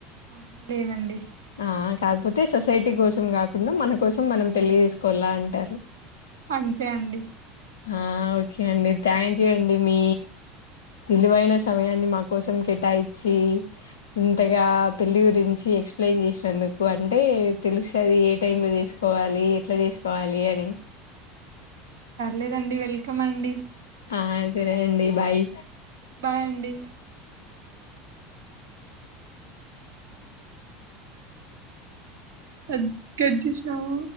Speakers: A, on the right; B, on the left.
A: ఆా లేదండి
B: ఆ కాకపోతే సొసైటీ కోసం కాకుండా మన కోసం మనం పెళ్లి చేసుకోవాల అంటారు
A: అంతే అండి
B: ఆ ఓకే అండి థ్యాంక్ యూ అండి మీ విలువైన సమయాన్ని మా కోసం కేటాయించిి ఇంతగా పెళ్ళి గురించి ఎక్స్ప్లెయిన్ చేసినానుందుకు అంటే తెలుస్తది ఏ టైంలో చేసుకోవాలి ఎట్లా చేసుకోవాలి అని
A: లేదండి వెల్కమ్ అండి
B: ఆ సరే అండి బాయ్
A: బాయ్ అండి కద్ కట్ చేసినవా